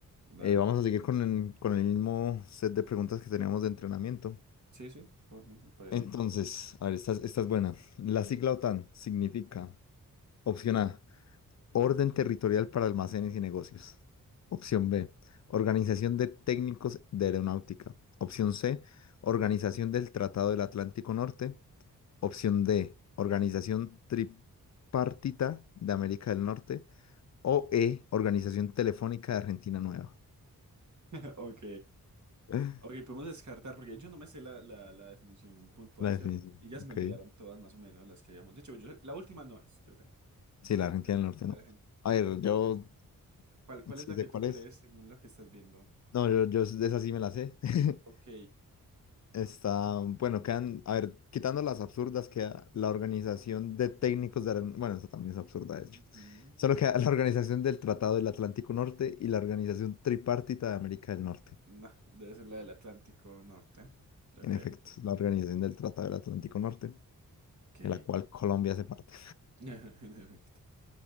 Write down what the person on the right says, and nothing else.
Dale.
Sí, sí, por mí, me parece
bien.
Ok.
<laughs> Ok.
Ok, podemos descartar porque yo no me sé la, la, la definición puntual,
¿cierto? Y ya se
me olvidaron todas más o menos las que habíamos dicho. Yo, la última no es, yo creo.
Cierto.
La
gente-
¿Cuál, cuál
es la
que
tú crees
según lo que estás viendo?
Ok.
Ujú.
No, debe ser la del Atlántico Norte, yo
creo.
Ok.
<laughs> En efecto.